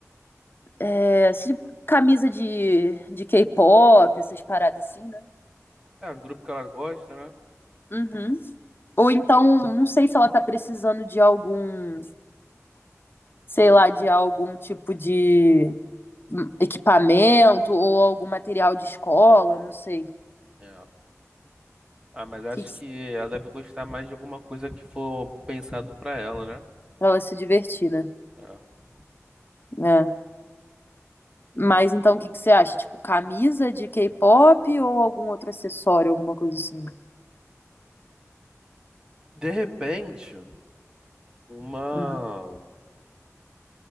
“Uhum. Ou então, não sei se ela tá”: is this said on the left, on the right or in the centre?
Left